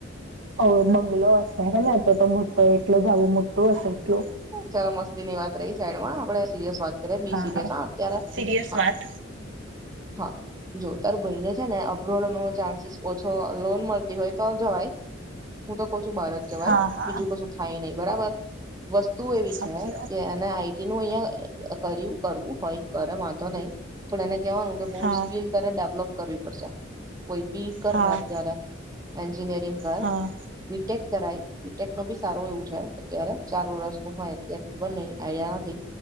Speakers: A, on the right (about 65°); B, on the right (about 20°).
A: ઓ બંગલો હશે હે ને. તો મોટો એટલુ ધાબું મોટું હશે. એટલું
B: ચાલો મસ્તી ની વાત રહી સાઈડ માં આપે સિરિયસ વાત કરીએ બી
A: હા
B: સિરિયસ
A: હા
B: અત્યારેા
A: સિરિયસ વાત
B: હા જો તાર ભાઈને છે ને અ વન મોર ચાન્સિસ ઓછો લોન મળ ઇ હોય તો આવ જવાય હું તો ક બારજ જવાય
A: હા હા
B: બીજું કશું થાય નહી. બરાબર. વસ્તુ એવી
A: સાચી
B: છે
A: વાત
B: કે એને આઈ ટી નું અહિયાં કર્યું કરવું હોય કરે વાંધો નહી પણ એને કેવાનું કે બઉ
A: હા
B: સ્કીલ તને ડેવલપ કરવી પડશે. કોઈ બી કર
A: હા
B: ને અત્યારે એન્જ જિનિયરિંગ કર
A: હા
B: બી ટેક કરાય બી ટેક નો બી સારો એવું છે અત્યારે ચાર વરસ નું હોય અત્યારે ખબર નહી આઈડિયા નથી